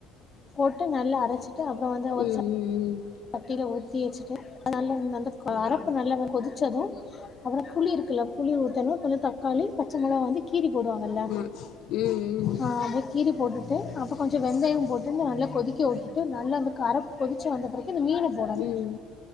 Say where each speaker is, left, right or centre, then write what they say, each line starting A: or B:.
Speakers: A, on the left (about 20°); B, on the left (about 50°).
A: போட்டு நல்லா அரைச்சிட்டு அப்புறோ வந்து ஒரு
B: ம் ம்
A: ச
B: ம்
A: ட்டில ஊத்தி வெச்சுட்டு <inaudible> க்கு நல்ல வ கொதிச்சது அப்றோ புளி இருக்குல்ல புளி ஊத்தணு கொஞ்சோ தக்காளி பச்ச மொளகா வந்து கீறி போ டுவாங்கல்ல
B: ம் ம்
A: அ அத கீறி போட்டுட்டு அப்ப கொஞ்சோ வெந்தயம் போட்டு நல்லா கொதிக்க உட்டுட்டு நல்லா அந்து கரப் கொதிச்சு வந்த பிற அந்த மீன போடணு
B: ம்